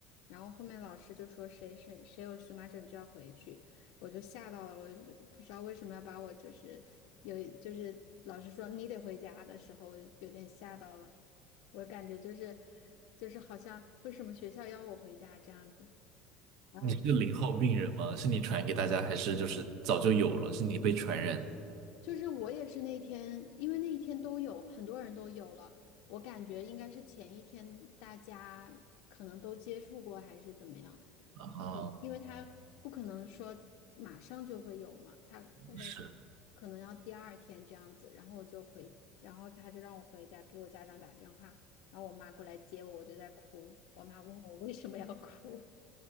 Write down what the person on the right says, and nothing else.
你是嗯个零号病人吗？是你传给大家，还是就是早就有了？是你被传染的
啊？
是，